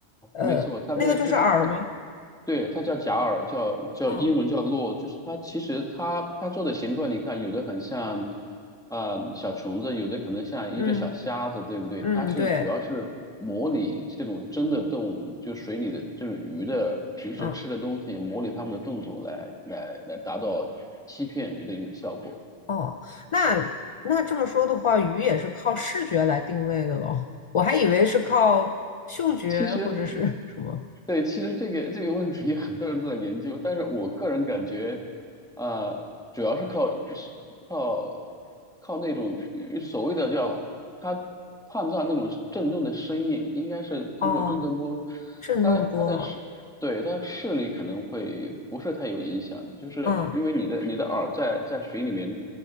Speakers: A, on the left; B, in the centre.
A: 呃，
B: 没错，它那个就是它
A: 那个就是饵吗？
B: 对，它叫假饵，叫叫英文叫落，
A: 嗯
B: 就是它其实它它做的形状，你看有的很像，啊小虫子，有的可能像一只小虾子，
A: 嗯
B: 对不对？
A: 嗯，
B: 它是主要是模拟这种真的动物，
A: 对，
B: 就水里的这种鱼的平时吃的东西，
A: 嗯
B: 模拟它们的动作来来来达到欺骗鱼的一种效果。
A: 哦，那那这么说的话，鱼也是靠视觉来定位的咯，我还以为是靠嗅觉或者是什么，
B: 其实。对，其实这个这个问题很多人都在研究，但是我个人感觉，啊、主要是靠是靠靠那种所谓的叫他判断那种震动的声音，应该是通过震动波，
A: 哦，震动波啊，
B: 他他的视对他视力可能会不是太有影响，就是因为你的你的耳在在水里面
A: 嗯